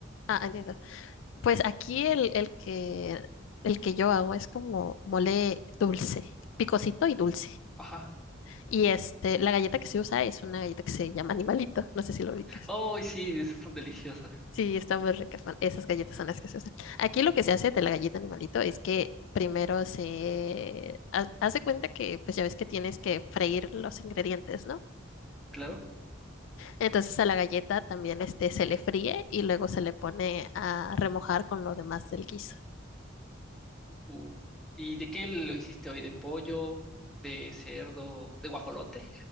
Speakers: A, on the left; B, in the centre.
A: Ah, entiendo. Pues aquí el, el que el que yo hago es como mole dulce, picosito y dulce.
B: Ajá.
A: Y este, la galleta que se usa es una galleta que se llama animalito. No sé si lo ubicas.
B: Oh, sí, esas son deliciosas,
A: Sí, están muy ricas. son- Esas galletas son las que se usan. Aquí lo que se hace de la galleta animalito es que primero se ha- hace cuenta que, pues ya ves que tienes que freír los ingredientes, ¿no?
B: claro.
A: Entonces a la galleta también este, se le fríe y luego se le pone a remojar con lo demás del guiso.
B: Uh, ¿y de qué lo hiciste hoy? ¿De pollo? ¿De cerdo? ¿De guajolote?